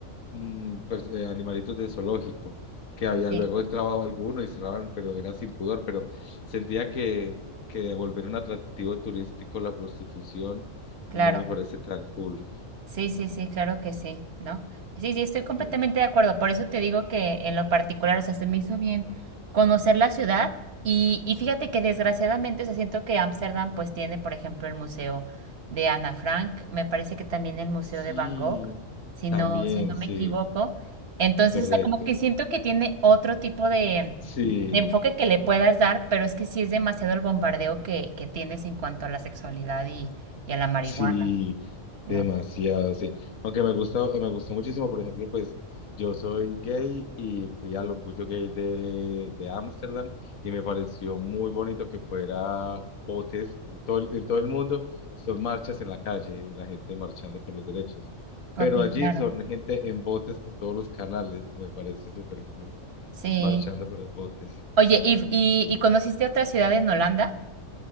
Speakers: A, on the left; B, on the right.
A: mm, pers- eh, animalitos de zoológico, que había
B: Sí,
A: luego entraba alguno y cerraban, pero era sin pudor, pero sentía que, que devolver un atractivo turístico la prostitución
B: claro.
A: no me parece tan cool.
B: Sí, sí, sí, claro que sí, ¿no? Sí, sí, estoy completamente
A: Sí,
B: de acuerdo. Por eso te digo que en lo particular, o sea, se me hizo bien conocer la ciudad y, y fíjate que desgraciadamente, o sea, siento que Ámsterdam pues tiene, por ejemplo, el museo de Ana Frank, me parece que también el museo
A: sí,
B: de Van Gogh, si
A: también,
B: no, si no me
A: sí,
B: equivoco. Entonces,
A: correcto.
B: o sea, como que siento que tiene otro tipo de,
A: Sí,
B: de enfoque que le puedas dar, pero es que sí es demasiado el bombardeo que, que tienes en cuanto a la sexualidad y, y a la marihuana,
A: sí,
B: ¿no?
A: demasiado, sí. Aunque me gusta, me gustó muchísimo, por ejemplo, pues yo soy gay y fui al Orgullo Gay de, de Ámsterdam y me pareció muy bonito que fuera botes todo, el- en todo el mundo, son marchas en la calle, la gente marchando por los derechos.
B: Ok,
A: Pero allí
B: claro.
A: son gente en botes por todos los canales, me parece súper cool,
B: Sí.
A: marchando por los botes.
B: Oye, ¿y, y, y conociste otra ciudad en Holanda?